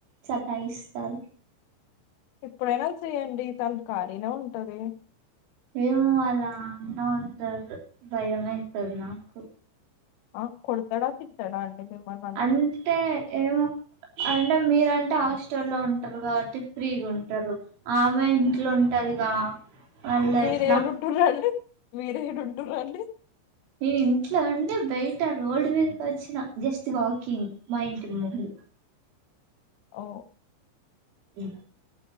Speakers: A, on the right (about 75°); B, on the left (about 85°).
A: సత ఇస్త తారు
B: ఎప్పుడైనా చేయ్యడి తన ఖాళీనా ఉంటది
A: ఏమో అలా అన్న ఉంటారు భయ అవుతుంది నాకు
B: ఆ కొతడా తితాడా అండి మిమ్మల్ని
A: అంతే ఎమో అండీ మీరుంటే
B: అన్న
A: హాస్టల్ల్లో ఉంటారు కాబట్టి ఫ్రీగా ఉంటారు ఆమెయి ఇంట్లో ఉంటదిగా మళ్ళ
B: మీరే
A: ఎట్లా
B: ఎడాంటన్‌రాండి మీరే ఎడాంటన్‌రాండి
A: ఇ ఇంట్లో ఉండు బయట రోడ్డు మీదకి వచ్చిన జస్ట్ వాకింగ్ మా ఇంటి ముందు
B: ఓ
A: ఉమ్